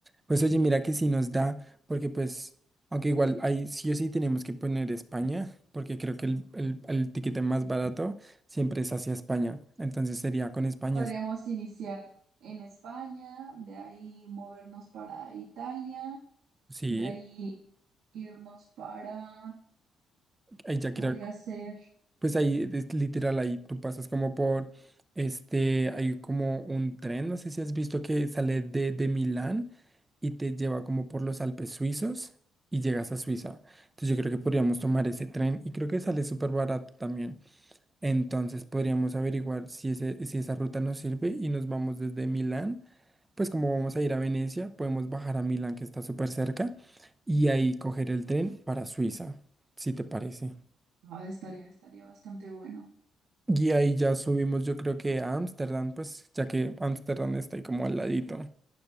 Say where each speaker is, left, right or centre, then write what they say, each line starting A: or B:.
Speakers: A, on the right; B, on the right.
A: Pues oye, mira que sí nos da, porque pues, aunque igual ahí sí o sí tenemos que poner España, porque creo que el, el, el tiquete más barato siempre es hacia España. Entonces sería con España.
B: Podríamos iniciar en España, de ahí movernos para Italia,
A: Sí,
B: de ahí irnos para,
A: ahí ya creo.
B: podría ser,
A: Pues ahí, es literal, ahí tú pasas como por, este, hay como un tren, no sé si has visto que sale de, de Milán y te lleva como por los Alpes suizos y llegas a Suiza. Entonces yo creo que podríamos tomar ese tren y creo que sale súper barato también. Entonces podríamos averiguar si, ese, si esa ruta nos sirve y nos vamos desde Milán. Pues como vamos a ir a Venecia, podemos bajar a Milán, que está súper cerca, y ahí coger el tren para Suiza, si te parece.
B: ah, estaría, estaría bastante bueno.
A: Y ahí ya subimos, yo creo que a Ámsterdam, pues, ya que Ámsterdam está ahí como al ladito,